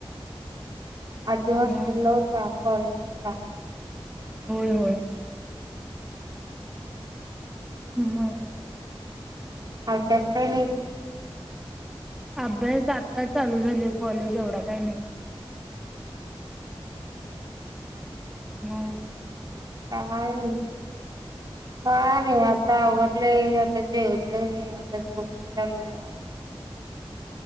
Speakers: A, on the right; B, in the centre.
A: आधी हॉस्टेल
B: मग
A: ला होता कोणता
B: होय होय हम् हम
A: अ त्याचत
B: अभ्यास आत्ताच चालू झाले कॉलेज एवढा काही नाही हम
A: काय नाही काय नाही आ आता आवरलंय आता जेवलय आता झोपे याय लागल्या